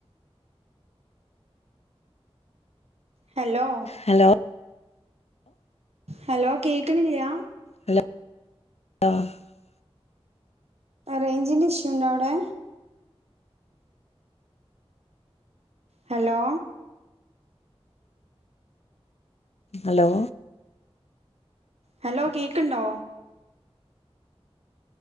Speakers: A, on the right; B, on the left.
A: hello
B: hello
A: hello കേക്ക്‌ണില്ലാ
B: <unintelligible>
A: റെയ്ഞ്ചിന്റെ ഇഷ്യുണ്ടവ്ടെ ഹലോ
B: ഹലോ
A: ഹലോ കേക്ക്‌ണ്ടോ